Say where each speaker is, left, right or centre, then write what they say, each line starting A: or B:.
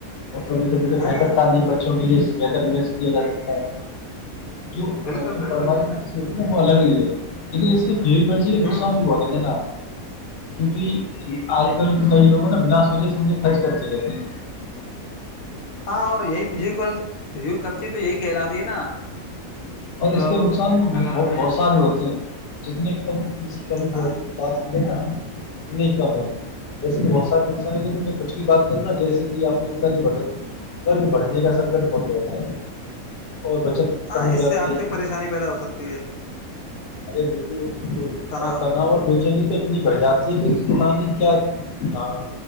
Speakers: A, on the left (about 60°); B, on the left (about 80°).
A: اور کبھی کبھی کو
B: ہاں
A: بہتر تعلیم بچوں کے لیے بہتر نویش کیا جا سکتا ہے جو
B: بالکل
A: جو
B: بالکل
A: پروار
B: جی جناب
A: کی تصویر وہ الگ ہی ہے لیکن اس کی پل کرجی نقصان
B: ہوں
A: بھی بہت ہے نا کیونکہ آج کل کئی لوگ ہیں نا بنا سوچے سمجھے خرچ کرتے رہتے ہیں
B: ہاں اور یہی فج فج کرچی تو یہی کہلات ت نا مطلب
A: اور اس کے نقصان
B: اگر ہمیں
A: بہت سارے ہوتے ہیں جتنے کم کم
B: ہاں
A: ور بات کیجیے نا ات میں ہی کم ہے ویسے تو بہت سارے نقصان ہیں لیکن میں کچھ کی بات کروں نا جیس کہ آپ نے قض بغ قرض بڑھنے کا سنکٹ بہت رہتا ہے اور بچت ختم
B: ہاں
A: ہو
B: اس
A: جاتی
B: سے آرتھک
A: ہے
B: پریشانی پیدا ہو سکتی ہے
A: ارے بالکل بالکل
B: تناؤ
A: اور اور بےچینی تو اتنی بڑھ جاتی ہے کہ کسانی کیا ہاں